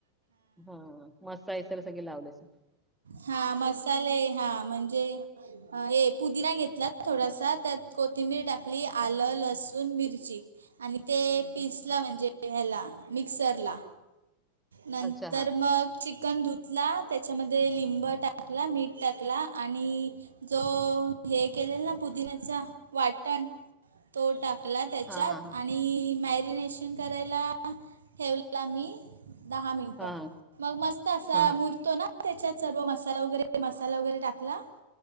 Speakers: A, in the centre; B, on the right.
A: हा मस्त आहे सगळे लाव दस
B: हा मसाले हा म्हणजे हे पुदिना घेतला थोडासा त्यात कोथिंबीर टाकली आलं, लसूण, मिरची आणि ते पीसला म्हणजे ह्याला मिक्सरला नंतर
A: अच्छा हा
B: मग चिकन धुतला त्याच्यामध्ये लिंब टाकला मीठ टाकला आणि जो हे केलेल ना पुदिन्याचा वाटण तो टाकला त्याच्या
A: हा
B: आणि
A: हा हा
B: आणि मॅरिनेशन करायला ठेवला मी दहा मिनटं
A: हा
B: मग मस्त असा
A: हा हा
B: मुरतो ना अच्छा सर्व मसाला वगैरे मसाला वगैरे टाकला